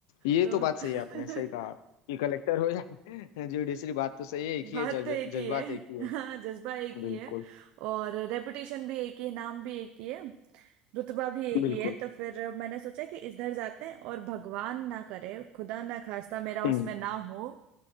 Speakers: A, on the left; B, on the right.
A: ये
B: तो
A: तो बात
B: <laughs>
A: सही है आपने सही कहा कि कलेक्टर हो या <laughs> जुडिशरी बात तो सही है एक ही
B: बात
A: है जज-
B: तो एक ही
A: जज्बात
B: है
A: एक ही है
B: हाँ जज्बा एक
A: बिल्कुल
B: ही है और रेपुटेशन भी एक ही है नाम भी एक ही है रुतबा भी एक
A: बिल्कुल
B: ही है तो फिर मैंने सोचा कि इधर जाते हैं और भगवान ना करे खुदा ना खास्ता मेरा
A: हम्म
B: उसमें ना हो